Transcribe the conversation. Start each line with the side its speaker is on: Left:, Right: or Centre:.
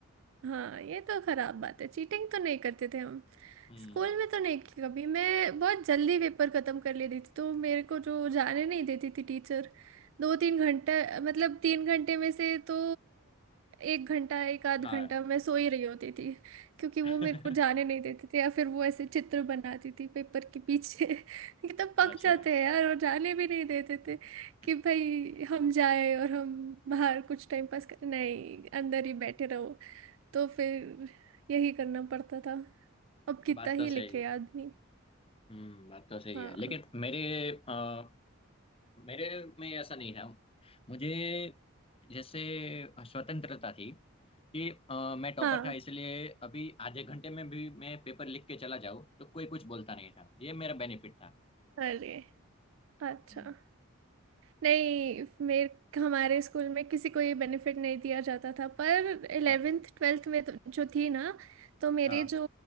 Right: हाँ ये तो खराब बात है चीटिंग तो नहीं करते थे हम
Left: <laughs> हम्म
Right: स्कूल में तो नहीं की कभी मैं बहुत जल्दी पेपर खत्म कर लेती थी तो मेरे को जो जाने नहीं देती थी टीचर दो तीन घंटा मतलब तीन घंटे में से तो एक घंटा एक आध
Left: हाँ
Right: घंटा मैं सो ही रही होती थी क्योंकि
Left: <laughs>
Right: वो मेरे को जाने नहीं देते थे या फिर वो ऐसे चित्र बनाती थी पेपर के पीछे <laughs> कि तब पक
Left: अच्छा
Right: जाते हैं यार और जाने भी नहीं देते
Left: <laughs>
Right: कि भाई हम जाए और हम बाहर कुछ टाइम पास करें नहीं अंदर ही बैठे रहो तो फिर यही करना पड़ता था अब कितना
Left: बात तो
Right: ही लिखे
Left: सही है
Right: आदमी
Left: हम्म बात तो सही
Right: हाँ
Left: है लेकिन मेरे आ, मेरे में ऐसा नहीं था मुझे जैसे स्वतंत्रता थी कि अ, मैं टॉपर
Right: हाँ
Left: था इसलिए अभी आधे घंटे में भी मैं पेपर लिख के चला जाऊँ तो कोई कुछ बोलता नहीं था ये मेरा बेनिफिट था
Right: अरे अच्छा
Left: हम्म।
Right: नहीं मेरे हमारे स्कूल में किसी को ये बेनिफिट नहीं दिया जाता था पर इलेवेंथ
Left: ओके
Right: ट्वेल्थ में तो, जो थी ना तो मेरे
Left: हाँ
Right: जो